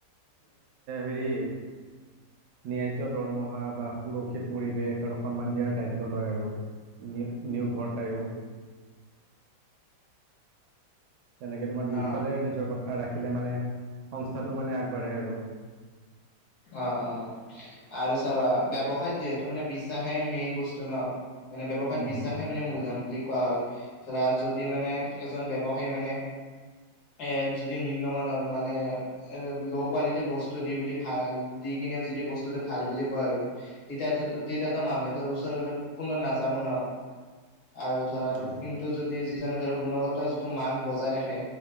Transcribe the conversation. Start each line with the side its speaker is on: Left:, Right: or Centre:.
Right: হেৰি ন্যয্য দৰমহা বা সুৰক্ষিত পৰিৱেশ আৰু সন্মান দিয়াৰ দায়িত্ব লয় আৰু নি নিউ ঘটাইও তেনেকে তোমাৰ দুইফালে
Left: অ',
Right: নিজৰ কথা ৰাখিলে মানে সংস্থাটো মানে আগবাঢ়ে আৰু
Left: অ অ আৰু চাবা ব্যৱসায়ত যিহেতু মানে বিশ্বাসে মেইন বস্তু ন মানে ব্যৱসায়ত
Right: উম,
Left: বিশ্বাসে মানে মূলধন বুলি কোৱা হয় ধৰা যদি মানে এজন ব্যৱসায়ী মানে এ যদি নিম্নমানৰ মানে এ ল কোৱালিটিৰ বস্তু দি বুলি ভাল দি কিনে যদি বস্তুতটো ভাল বুলি কয় আৰু তেতিয়া তেতিয়াতো মানুহে ওচৰলৈ পুণ নাযাব ন আৰু ধৰা
Right: নাযাব
Left: কিন্তু যদি যিজনে ধৰক গুণগত যিটো মান বজাই ৰাখে